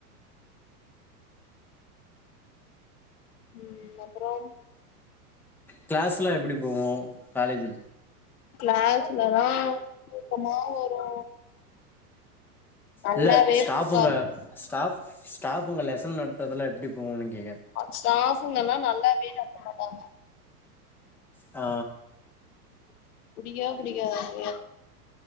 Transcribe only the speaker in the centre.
க்ளாஸ்லா எப்படி போவு காலேஜில்
இல்ல ஸ்டாஃபுங்க
ஸ்டாஃப் ஸ்டாஃபுங்க லெசன் நடத்தற்துலா எப்படி போவுனு கே
ஆ